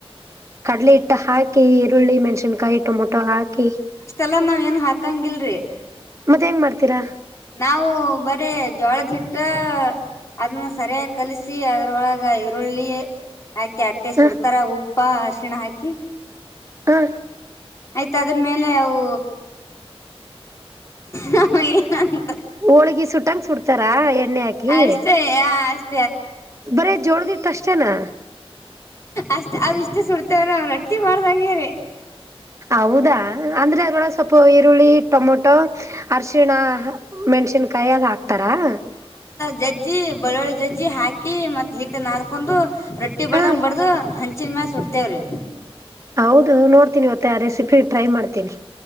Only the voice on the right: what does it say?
ಕಡಲೆ ಹಿಟ್ಟು ಹಾಕಿ ಬೆರುಳ್ಳಿ ಮೆಣ್ಸಿನ್ಕಾಯಿ ಟೊಮೊಟೊ ಹಾಕಿ
ಮತ್ತೆ ಹೆಂಗ್ ಮಾಡ್ತೀರಾ
ಹ
ಹಾ
ಹೋಳಿಗೆ ಸುಟ್ಟಂಗ ಸುಡ್ತಾರಾ ಎಣ್ಣೆ ಹಾಕಿ
ಬರೇ ಜೋಳದಿಟ್ಟ ಅಷ್ಟೇನಾ
ಹೌದಾ ಅಂದ್ರೆ ಅದ್ರೊಳ ಸ್ವಲ್ಪ ಈರುಳ್ಳಿ ಟೊಮೊಟೊ ಅರಶಿಣ ಮೆಣ್ಸಿನ್ಕಾಯಿ ಅಲ್ಲಿ ಹಾಕ್ತಾರೆ ಹಾ
ಹ
ಹೌದು ನೋಡ್ತೀನಿ ಇವತ ರೆಸಿಪಿ ಟ್ರೈ ಮಾಡ್ತೀನಿ.